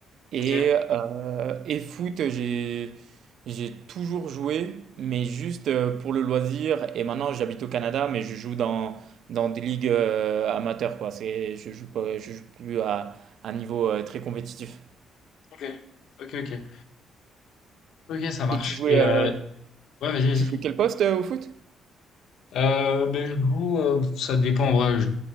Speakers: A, on the right (about 70°); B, on the left (about 75°).
A: Et,
B: Ok,
A: euh, et foot, j'ai, j'ai toujours joué, mais juste euh, pour le loisir. Et maintenant, j'habite au Canada, mais je joue dans, dans des ligues euh, amateurs, quoi. C'est, je joue pas, je joue plus à un niveau euh, très compétitif.
B: ok. Ok, ok. Ok, ça marche.
A: Et tu jouais,
B: Et
A: euh,
B: euh, ouais, vas-y, vas-y.
A: tu jouais quel poste euh, au foot?
B: Euh, ben, je joue, euh, ça dépend en vrai, je